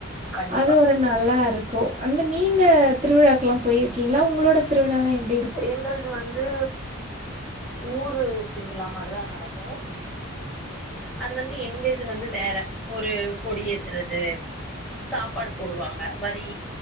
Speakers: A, in the centre; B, on the right.
A: கண்டிப்பா
B: அது ஒரு நல்லாருக்கோ அந்மாரி நீங்க திருவிழாக்ல்லா போய்ருக்கிங்ளா உங்ளோட திருவிழால்லா எப்
A: எங்கள்து வந்து ஊரு திருவிழா மாரிதா நடக்கும் அது வந்து எங்க இது வந்து வேற ஒரு கொடி ஏத்துறது சாப்பாடு போடுவாங்க வரி